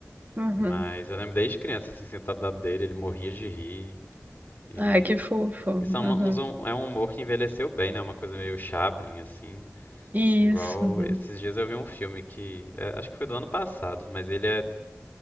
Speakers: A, on the right; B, on the left.
A: uhum.
B: Mas eu lembro desde criança, assim, sentado do lado dele, ele morria de rir. E
A: Ai, que fofo. Uhum.
B: isso é, uma- uns- um, é um humor que envelheceu bem, né? Uma coisa meio Chaplin, assim.
A: Isso.
B: Igual
A: Uhum.
B: esses dias eu vi um filme que é, acho que foi do ano passado, mas ele é